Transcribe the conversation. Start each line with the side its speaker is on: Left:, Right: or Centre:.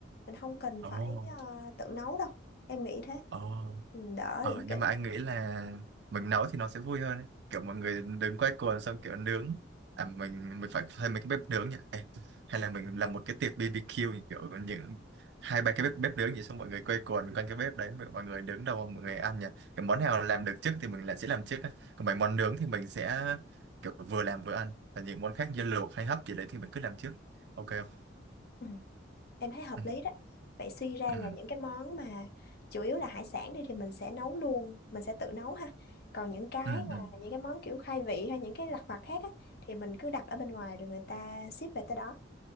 Left: mình không cần
Right: Ồ,
Left: phải à, tự nấu đâu em nghĩ thế
Right: oh,
Left: Ừ, đỡ
Right: Ờ,
Left: lỉnh
Right: nhưng
Left: kỉnh
Right: mà anh nghĩ là mình nấu thì nó sẽ vui hơn ấy. Kiểu mọi người đứng quay cuồng xong kiểu nướng à mình mình phải thuê mấy cái bếp nướng nhỉ Ê, hay là mình làm một cái tiệc BBQ như kiểu những hai ba cái bếp bếp nướng vậy xong mọi người quay cuồng quanh cái bếp đấy mọi mọi người đứng đầu mọi người ăn nhỉ cái món nào làm được trước thì mình lại sẽ làm trước ấy. còn mấy món nướng thì mình sẽ kiểu vừa làm vừa ăn và những món khác như luộc hay hấp gì đấy thì mình cứ làm trước ok không
Left: ừ. <laughs> em thấy hợp
Right: ừ
Left: lý đó vậy suy ra
Right: ừ
Left: là những cái món mà chủ yếu là hải sản đi thì mình sẽ nấu luôn mình sẽ tự nấu ha còn những cái
Right: ừ
Left: mà
Right: ừ, ừ.
Left: những cái món kiểu khai vị hay những cái lặt vặt khác á thì mình cứ đặt ở bên ngoài rồi người ta ship về tới đó